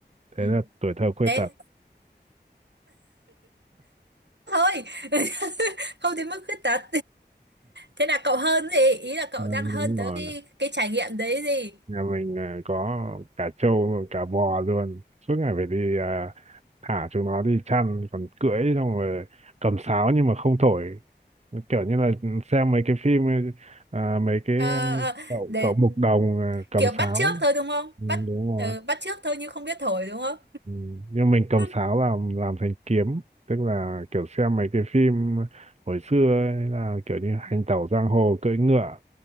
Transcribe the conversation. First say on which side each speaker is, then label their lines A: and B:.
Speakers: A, on the right; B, on the right.
A: ừ.
B: thế là tuổi thơ khuyết
A: đấy
B: tật
A: thôi <laughs> không đến mức khuyết tật thế là cậu hơn gì ý là cậu
B: Ừ,
A: đang hơn
B: đúng
A: tới
B: rồi
A: cái cái trải nghiệm đấy gì
B: nhà mình à, có cả trâu rồi cả bò luôn suốt ngày phải đi à, thả chúng nó đi chăn còn cưỡi xong rồi cầm sáo nhưng mà không thổi kiểu như là xem mấy cái phim à, mấy cái
A: Ờ,
B: ờ,
A: ờ,
B: cậu
A: để
B: cậu mục đồng à, cầm
A: kiểu
B: sáo
A: bắt chước thôi đúng không
B: Ừ,
A: bắt
B: đúng rồi
A: ừ, bắt chước thôi nhưng không biết thổi đúng không
B: Ừ, nhưng mình cầm
A: <laughs>
B: sáo làm làm thành kiếm tức là kiểu xem mấy cái phim hồi xưa ấy là kiểu như hành tẩu giang hồ cưỡi ngựa